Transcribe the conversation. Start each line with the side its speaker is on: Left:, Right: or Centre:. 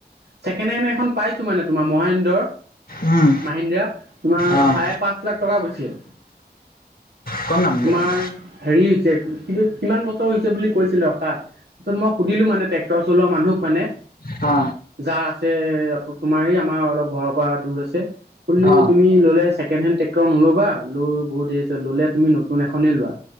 Right: ছেকেণ্ড হেণ্ড এখন পাইছো মানে তোমাৰ মহেন্দ্ৰ
Left: উম,
Right: মাহিন্দ্ৰা। তোমাৰ
Left: অ',
Right: চাৰে পাঁচ লাখ টকা গৈছে
Left: কম দাম
Right: তোমাৰ
Left: দেখোন।
Right: হেৰি হৈছে কি বুলি। কিমান বছৰ হৈছে বুলি কৈছিল ৰখা পিছত মই সুধিলো মানে ট্ৰেক্টৰ চলোৱা মানুহক মানে
Left: অ
Right: যাৰ আছে তোমাৰ আমাৰ অলপ ঘৰৰ পৰা দূৰ আছে। কলো
Left: অ।
Right: তুমি ললে ছেকেণহেন ট্ৰেক্টৰ নলবা লৈ বহুত হেৰি আ ল'লে তুমি নতুন এখনে লোৱা।